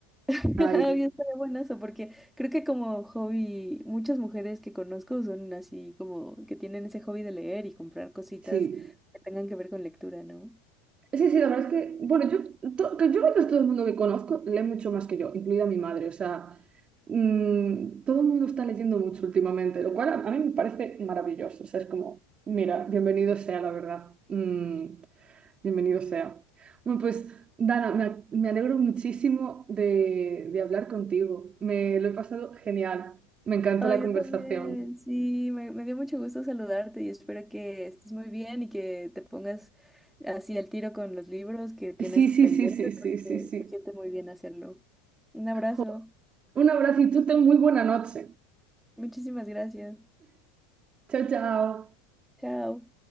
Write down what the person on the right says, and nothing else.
Ay,
sí.
Sí, sí, la verdad es que, bueno, yo, to- que yo creo que todo el mundo que conozco lee mucho más que yo, incluida mi madre. O sea, mm, todo el mundo está leyendo mucho últimamente, lo cual a, a mí me parece maravilloso. O sea, es como, mira, bienvenido sea la verdad. Mm, Bienvenido sea. Bueno, pues, Dana, me, a- me alegro muchísimo de, de hablar contigo. Me lo he pasado genial. Me encantó
la
conversación.
Sí, sí,
sí, sí, sí,
sí, sí.
Jo, un abrazo y tú ten muy buena noche.
Chao, chao.